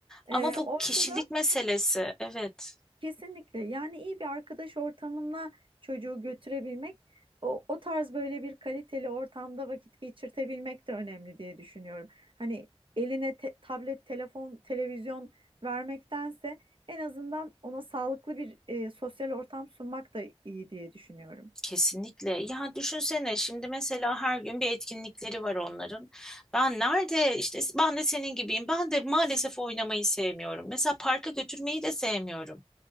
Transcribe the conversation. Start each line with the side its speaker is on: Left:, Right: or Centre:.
Right: E,
Centre: ama bu
Right: orada
Centre: kişilik
Right: da
Centre: meselesi evet.
Right: Kesinlikle. Yani iyi bir arkadaş ortamına çocuğu götürebilmek, o, o tarz böyle bir kaliteli ortamda vakit geçirtebilmek de önemli diye düşünüyorum. Hani eline te- tablet, telefon, televizyon vermektense en azından ona sağlıklı bir e, sosyal ortam sunmak da iyi diye düşünüyorum.
Centre: Kesinlikle. Ya düşünsene şimdi mesela her gün bir etkinlikleri var onların. Ben nerede işte ben de senin gibiyim. Ben de maalesef oynamayı sevmiyorum. Mesela parka götürmeyi de sevmiyorum.